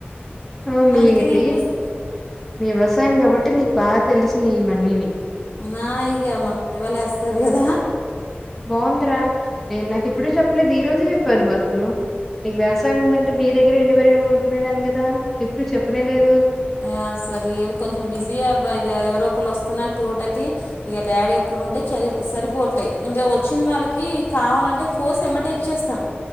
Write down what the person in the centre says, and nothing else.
ఆ మీది
వ్యవసాయం కాబట్టి నీకు బాగా తెలుస ఇ వన్నిని
బాఉందిరా నేను నాకు ఇప్పుడు చెప్పలేదు ఈ రోజు చెప్పానువసల్ ఏమో మీకు వ్యవసాయం ఉందంటే నీ దగ్గరే ఎండు మేరగాలు కొనుకునేదాని కదా ఏప్పుడు చెప్ నే లెద్